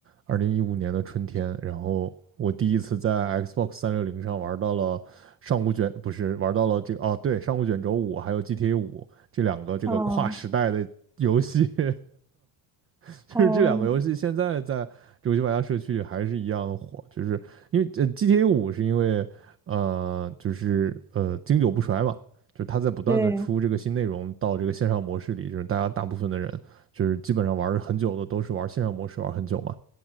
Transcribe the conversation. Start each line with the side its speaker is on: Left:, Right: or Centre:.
Right: 二零一五年的春天。然后我第一次在 Xbox 三六零上玩到了上古卷，不是玩到了这个哦，对，上古卷轴五还有 GTA 五这两个这个跨时代的游戏。
Centre: 哦
Right: <laughs> <laughs> 就是这两个游戏现在在游戏玩家社区里还是一样火，
Centre: 哦，
Right: 就是因为呃 GTA 五是因为呃就是呃经久不衰嘛，就是它在不断的出这个新内容到这个线上模式里，
Centre: 对，
Right: 就是大家大部分的人就是基本上玩很久的都是玩线上模式玩很久嘛。